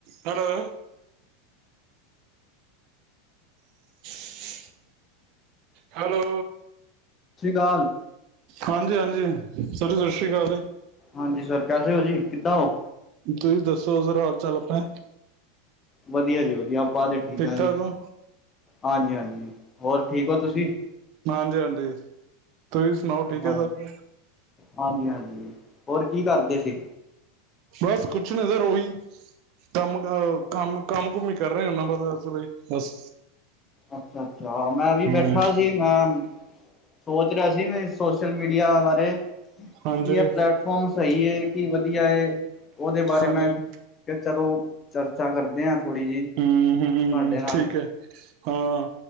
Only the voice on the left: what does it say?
ਸਤਿ ਸ਼੍ਰੀ ਅਕਾਲ।
ਹਾਂਜੀ ਸਰ, ਕੈਸੇ ਹੋ ਜੀ? ਕਿੱਦਾਂ ਹੋ?
ਵਧੀਆ ਜੀ ਵਧੀਆ। ਆਪਾਂ ਤੇ ਠੀਕ ਹਾਂ ਜੀ।
ਹਾਂਜੀ-ਹਾਂਜੀ। ਹੋਰ ਠੀਕ ਹੋ ਤੁਸੀਂ?
ਹਾਂ
ਹਾਂਜੀ ਹਾਂਜੀ ਹੋਰ ਕੀ ਕਰਦੇ ਸੀ?
ਅੱਛਾ-ਅਛਾ, ਮੈਂ ਵੀ
ਬੈਠਾ ਸੀ ਮੈਂ ਸੋਚ ਰਿਹਾ ਸੀ ਮੈਂ ਸੋਸ਼ਲ ਮੀਡੀਆ ਬਾਰੇ
ਕੀ ਹੈ ਪਲੈਟਫਾਰਮ ਸਹੀ ਹੈ ਕਿ ਵਧੀਆ ਹੈ, ਉਹਦੇ ਬਾਰੇ
ਮੈਂ ਕਯਾ ਚਲੋ ਚਰਚਾ ਕਰਦੇ ਹਾਂ ਥੋੜ੍ਹੀ ਜਿਹੀ
ਤੁਹਾਡੇ ਨਾਲ